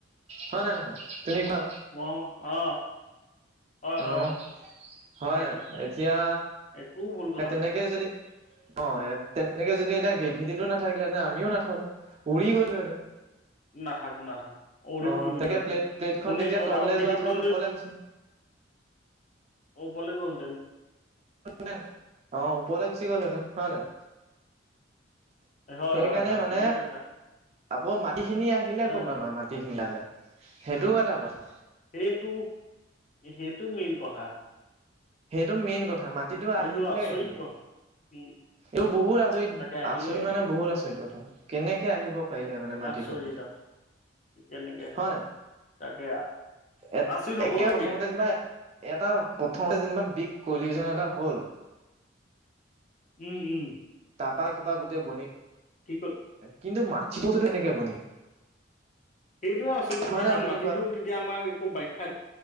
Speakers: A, on the right; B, on the left.
A: হয় নাই নহয়? তুমি কোৱা
B: মই অ হয় হয়
A: অ',
B: ঠিকে
A: হয়
B: কৈছা
A: এতিয়া
B: একো ভুল
A: সেই
B: কথা
A: তেনেকৈ
B: নাই
A: যদি অ', তেনেকে যদি এতিয়া গ্ৰেভিটিটো নাথাকিলেহেঁতেন আমিও নাথাকো উৰি গলোহেঁতেন।
B: নাথাকো নাথাকো অৰি
A: অ
B: ফুৰিবলোহেঁতেন,
A: তাকে প্লেট প্লেটখন
B: কোনে
A: তেতিয়া
B: ক'ত
A: তললে
B: আকৌ পৃথিৱীখন
A: যোৱা ঠাইত ওপৰলে
B: যে
A: গুচি
B: অ', বলে গলদেন।
A: তেন অ, ওপৰলৈ গুচি গ'ল হেঁতেন হয় নাই?
B: হয়
A: সেইকাৰণে
B: হয় হয়
A: মানে
B: ঠিকে কৈছা
A: আকৌ মাটিখিনি আহিলে
B: অ
A: কৰ'ব মাটিখিডালে সেইটো এটা কথা।
B: সেইটো সেইটো মেইন কথা।
A: সেইটো মেইন কথা মাটিতো
B: সেইটো
A: আহিলে
B: আচৰিত
A: কেনেকে?
B: ক উম
A: এই বোৰ বহুত আচৰিত
B: তাকে আহিলে
A: আচৰিত
B: কেনেকে
A: মানে বহুত আচৰিত কথা, কেনেকে আহিব পাৰিলে মানে মাটিটো।
B: আচৰিত আচ কেনেকে
A: হয় নাই
B: তাকে
A: এ
B: আচৰিত হবলগীয়াই
A: একে প্ৰথমতে যেনিবা এটা প্ৰথম যেনিবা বিগ কহলিজন এটা হ'ল।
B: উম, উম,
A: তাপা সোপা গোটেই বনি
B: কি ক
A: কিন্তু মাটিতো বস্তুটো কেনেকে বনিল?
B: সেইটোৱে উচিত কথা
A: হয় নে
B: কাৰণ
A: নহয় তুমি
B: মাটিটো
A: কোৱা
B: তেতিয়া আমাৰ একো ব্যাখ্যা,